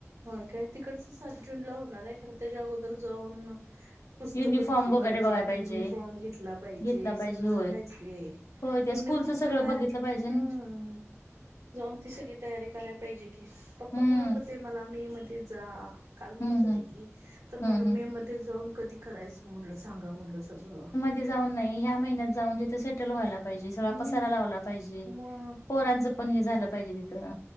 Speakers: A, on the right; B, on the left.
A: होय काय, तिकडचं सात जून ला होणार हाय खरं त्याच्या अगोदर जाऊन पुस्तकं
B: युनिफॉर्म
A: घेतली
B: वगैरे
A: पाहिजेत,
B: बघाय पाहिजे
A: युनिफॉर्म घेतला पाहिजे,
B: घेतला
A: सगळं
B: होय
A: हायच की.
B: होय त्या
A: इनिफॉर्म
B: स्कूलचं सगळं
A: काय भायर,,
B: बघितलं पाहिजे
A: हम्म.
B: ना
A: जाऊन ती सगळी तयारी करायला पाहिजे की, पप्पा
B: हम्म
A: म्हणत होते मला मे मध्ये जा. काल म्हणत
B: हम्म
A: होते
B: हम्म
A: की, तर म्हणलं
B: हम्म हम्म
A: मे मध्ये जाऊन कधी करायचं म्हणलं सांगा म्हणलं सगळं?
B: मी जाऊन नाही या महिन्यात जाऊन तिथं सेट टल व्हायला पाहिजे, सगळा
A: हम्म
B: पसारा लावला पाहिजे,,
A: मग
B: पोरांचं पण हे झालं पाहिजे तिथं